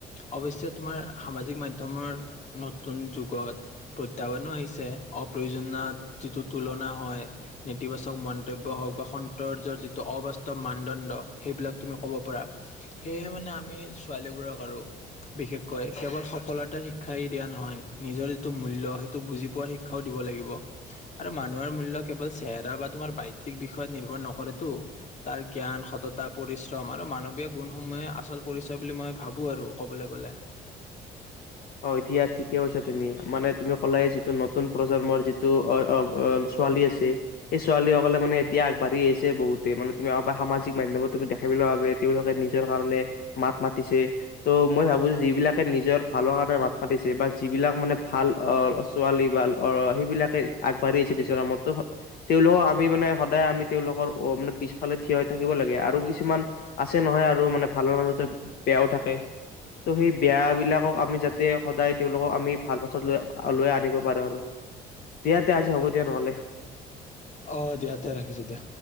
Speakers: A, on the left; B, on the left.
A: অৱশ্যে তোমাৰ সামাজিক মাধ্যমৰ নতুন যুগত প্ৰত্যাহ্বানো আহিছে অপ্ৰয়োজনত যিটো তুলনা হয় নেতিবাচক মন্তব্য হওঁক বা সৌন্দৰ্য্য যিটো অবাস্তৱ মানদণ্ড সেইবিলাক তুমি ক'ব পাৰা সেয়েহে মানে আমি ছোৱালীবোৰক আৰু বিশেষকৈ কেৱল সফলতাৰ শিক্ষাই দিয়া নহয় নিজৰ যিটো মূল্য সেইটো বুজি পোৱাৰ শিক্ষাও দিব লাগিব। আৰু মানুহৰ মূল্য কেৱল চেহেৰা বা তোমাৰ বাহ্যিক বিষয়ত নিৰ্ভৰ নকৰেতো, তাৰ জ্ঞান সততা পৰিশ্ৰম আৰু মানৱিয় গুণসমূহে আচল পৰিচয় বুলি মই ভাবোঁ আৰু ক'বলৈ গ'লে।
B: অ এ দিয়া ঠিকে কৈছা তুমি মানে তুমি কলায়ে যিটো নতুন প্ৰজন্মৰ যিটো ছোৱালী আছে সেই ছোৱালী সকলে মানে এতিয়া আগবাঢ়ি আহিছে বহুতে মানে তুমিব সামাজিক মাধ্যমত তুমি দেখাবলৈ ভাবে তেওঁলোকে নিজৰ কাৰণে মাত মাতিছে ত' মই ভাবো যে য বিলাকে নিজৰ ভালৰ কাৰণে মাত মাতিছে বা যিবিলাক মানে ভাল অ ছোৱালী বা সেইবিলাকে আগবাঢ়ি আহিছে নিজৰ নামত ত তেওঁলোকক আমি মানে সদায় আমি তেওঁলোকৰ অ মানে পিছফালে থিয় হৈ থাকিব লাগে আৰু কিছুমান আছে নহয় আৰু মানে ভালৰ মাজতে বেয়াও থাকে, ত সেই বেয়া বিলাকক সদায় তেওঁলোকক আমি ভাল পথত লৈ লৈ নিব পাৰো আৰু, দিয়া তে আজি হ'ব দিয়া নহলে।
A: অ দিয়া তে ৰাখিছো দিয়া।